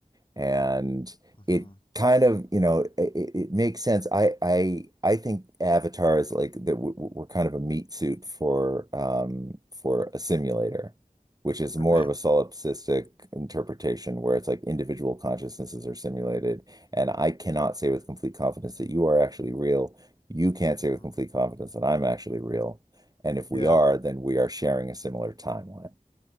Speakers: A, on the right; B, on the left.
A: and
B: hmm
A: it kind of you know it, it makes sense I I I think Avatar is like that w- w- we're kind of a meat suit for um for a simulator which is
B: Okay.
A: more of a solipsistic interpretation where it's like individual consciousnesses are simulated and I cannot say with complete confidence that you are actually real you can't say
B: hmm
A: with complete confidence that I'm actually real and if
B: Yeah.
A: we are then we are sharing a similar timeline